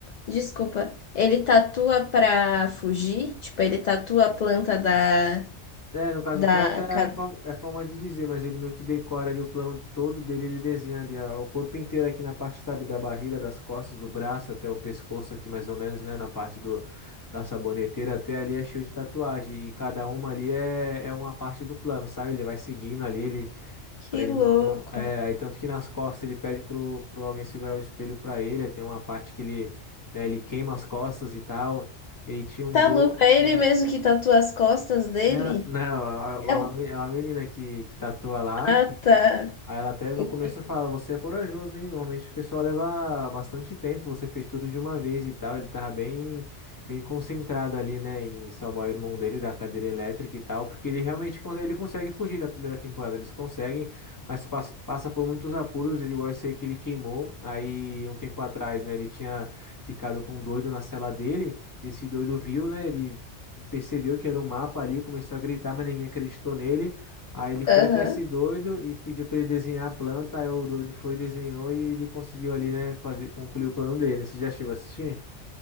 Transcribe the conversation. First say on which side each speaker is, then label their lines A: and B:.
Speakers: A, on the left; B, on the left.
A: Desculpa, ele tatua pra fugir? Tipo, ele tatua a planta da,
B: É, no caso,
A: da...
B: o plano é
A: ca-
B: forma, é forma de dizer, mas ele meio que decora ali o plano todo dele, ele desenha ali ó, o corpo inteiro aqui na parte, sabe, da barriga, das costas, do braço até o pescoço aqui mais ou menos, né, na parte do, da saboneteira até ali é cheio de tatuagem e cada uma ali é, é uma parte do plano, sabe? Ele vai seguindo ali, ele
A: Que
B: Pra ele
A: louco.
B: não, não- É, aí tanto que nas costas ele pede pro, pro alguém segurar o espelho pra ele. Aí tem uma parte que ele, né, ele queima as costas e tal. E aí tinha um
A: Tá
B: dois.
A: louco? É ele
B: é,
A: mesmo que tatua as costas dele?
B: não, não, é uma,
A: É um-
B: é uma menina que, que tatua lá.
A: Ah, tá.
B: Aí ela até no
A: Entendi.
B: começo fala, você é corajoso, hein? Normalmente o pessoal leva bastante tempo, você fez tudo de uma vez e tal. Ele tava bem, bem concentrado ali, né, em salvar o irmão dele da cadeira elétrica e tal, porque ele realmente con- ele consegue fugir na primeira temporada, eles conseguem, mas você passa, passa por muitos apuros, igual esse aí que ele queimou. Aí um tempo atrás, né, ele tinha ficado com um doido na cela dele, esse doido viu, né, ele percebeu que era um mapa ali, começou a gritar, mas ninguém acreditou nele. Aí ele foi
A: Aham.
B: até esse doido e pediu para ele desenhar a planta. Aí o doido foi, desenhou e ele conseguiu ali, né, fazer, concluir o plano dele, né? Você já chegou a assistir?